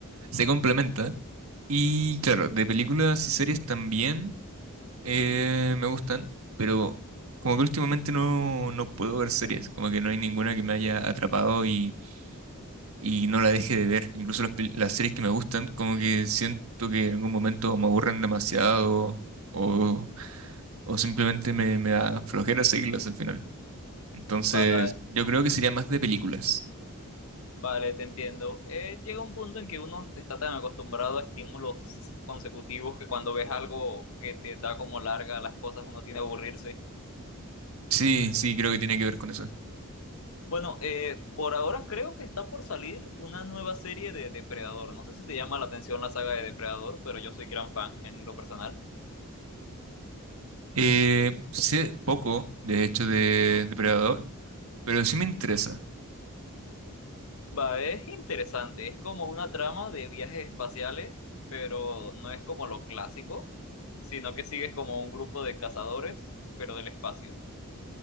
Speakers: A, on the right (about 70°); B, on the left (about 65°).
A: se complementa. Y claro, de películas y series también. Eh, me gustan, pero como que últimamente no, no puedo ver series, como que no hay ninguna que me haya atrapado y, y no la deje de ver. Incluso las, pel- las series que me gustan, como que siento que en algún momento me aburren demasiado o, o simplemente me, me da flojera seguirlas al final. Entonces,
B: Va-
A: yo creo que sería más de películas.
B: Vale, te entiendo. Eh, llega un punto en que uno está tan acostumbrado a estímulos consecutivos que cuando ves algo que te da como larga las cosas, uno tiene que aburrirse.
A: Sí, sí, creo que tiene que ver con eso.
B: Bueno, eh, por ahora creo que está por salir una nueva serie de Depredador. No sé si te llama la atención la saga de Depredador, pero yo soy gran fan en lo personal.
A: Eh, sé poco, de hecho, de Depredador, pero sí me interesa.
B: Va, es interesante, es como una trama de viajes espaciales, pero no es como lo clásico, sino que sigues como un grupo de cazadores, pero del espacio.